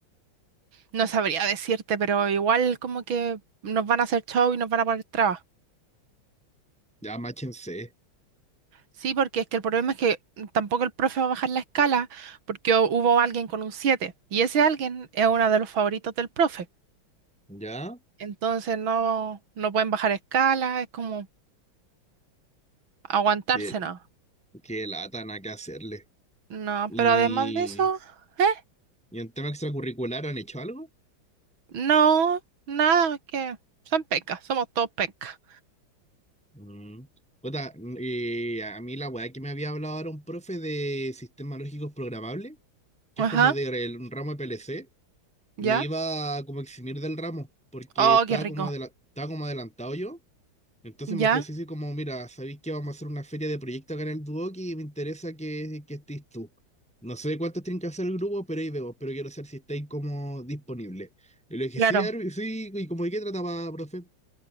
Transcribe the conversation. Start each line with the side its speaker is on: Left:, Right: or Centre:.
Right: no sabría decirte, pero igual como que nos van a hacer show y nos van a poner trabas.
Centre: Ya, máchense.
Right: Sí, porque es que el problema es que tampoco el profe va a bajar la escala porque hu- hubo alguien con un 7 y ese alguien es uno de los favoritos del profe.
Centre: Ya,
Right: Entonces no, no pueden bajar escala, es como aguantarse,
Centre: qué,
Right: ¿no?
Centre: qué lata, nada que hacerle.
Right: No,
Centre: Y
Right: pero además de eso, ¿eh?
Centre: ¿Y en tema extracurricular han hecho algo?
Right: No, nada, es que son pecas, somos todos pecas.
Centre: Mm. Puta, mm, y a mí la weá que me había hablado era un profe de sistemas lógicos programables, que
Right: Ajá,
Centre: es como de re- un ramo de PLC,
Right: ya.
Centre: me iba a como eximir del ramo, porque
Right: Oh,
Centre: estaba
Right: qué rico.
Centre: como, adela- estaba como adelantado yo. Entonces
Right: Ya,
Centre: me ofreció así como, mira, ¿sabéis que vamos a hacer una feria de proyectos acá en el Duoc y me interesa que, que estés tú? No sé cuántos tienen que hacer el grupo, pero ahí veo, pero quiero saber si estáis como disponible. Y le dije,
Right: claro.
Centre: sí, Arvi, sí, y como de qué trataba, profe.